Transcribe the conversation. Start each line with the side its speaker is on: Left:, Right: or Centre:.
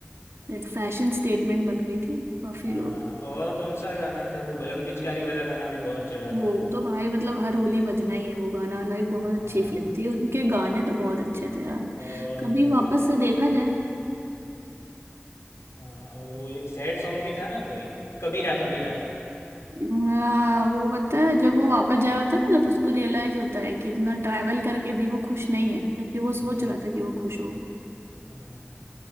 Right: लाइक फैशन स्टेटमेंट बन गई थी काफी
Left: हाँ
Right: लोग
Left: और कौन सा गाना था वो बलम पिचकारी वाला गाना भी बहुत चला
Right: वो
Left: था
Right: तो भाई मतलब हर होली बजना ही है वो गाना लाइक बहुत
Left: हाँ
Right: अच्छी फिल्म थी उनके गाने तो बहुत अच्छे थे यार
Left: और
Right: कभी
Left: वो
Right: वापस से देखा जाए
Left: हाँ और वो एक सैड सॉन्ग भी था ना कोई कबीरा कबीरा
Right: हाँ वो पता है जब वो वापस जा रहा होता है ना जब उसको रियलाइज होता है कि इतना ट्रैवल करके भी वो खुश नहीं है जबकि वो
Left: हाँ,
Right: सोच रहा था कि वो खुश हो
Left: हाँ,